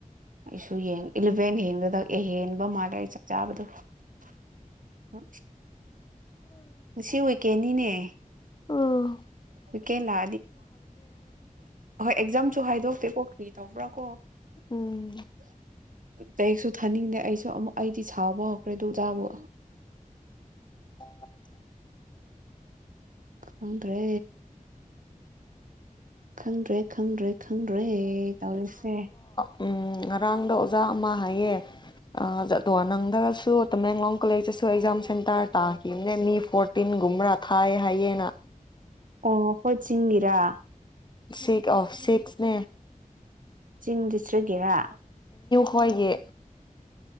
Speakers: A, on the right (about 70°); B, on the left (about 30°).
A: ꯑꯩꯁꯨ ꯌꯦꯡ ꯏꯂꯚꯦꯟ ꯍꯦꯟꯒꯗ ꯑꯦ ꯍꯦꯟꯕ ꯃꯥꯗ ꯑꯩ ꯆꯠ ꯆꯥꯕꯗꯣ ꯑ ꯉꯁꯤ ꯋꯀꯦꯅꯤꯅꯦ ꯍ
B: ꯑꯥ
A: ꯦ ꯍ ꯑꯦ ꯁꯨ ꯍꯥꯏꯗꯣꯛꯇꯦꯀꯣ ꯀ꯭ꯔꯤ ꯇꯧꯕ꯭ꯔꯥ ꯀꯣ
B: ꯎꯝ
A: ꯀꯦꯛꯁꯨ ꯊꯥꯅꯤꯡꯗꯦ ꯑꯩꯁꯨ ꯑꯃꯨꯛ ꯑꯩꯗꯤ ꯁꯥꯎꯕ ꯍꯧꯈ꯭ꯔꯦ ꯑꯗꯨ ꯑꯣꯖꯥꯕꯨ
B: ꯑꯣ
A: ꯈꯪꯗ꯭ꯔꯦ ꯈꯪꯗ꯭ꯔꯦ ꯈꯪꯗ꯭ꯔꯦ ꯈꯪ ꯦ ꯇꯧꯔꯤꯁꯦ
B: ꯎ ꯉꯔꯥꯡꯗ ꯑꯣꯖꯥ ꯑꯃ ꯍꯥꯏ ꯌꯦ ꯑꯉ ꯅꯪꯗꯒꯁꯨ ꯇꯃꯦꯡꯂꯣꯡ ꯀꯣꯂꯦꯖꯇꯁꯨ ꯑꯦꯛꯖꯥꯝ ꯇ ꯇ ꯃꯤ ꯐꯣꯔꯇꯤꯟꯒꯨꯝꯕ꯭ꯔꯥ ꯊꯥꯏꯑ ꯍꯥꯏꯌꯦꯅ
A: ꯑꯣ ꯍꯣꯏ ꯆꯤꯡꯒꯤꯔꯥ
B: ꯁꯤ ꯑ ꯁꯤꯠꯁꯅꯦ
A: ꯆꯤꯡ ꯗꯤꯁꯇ꯭ꯔꯤꯛꯀꯤꯔꯥ
B: ꯃꯣꯏꯒꯤ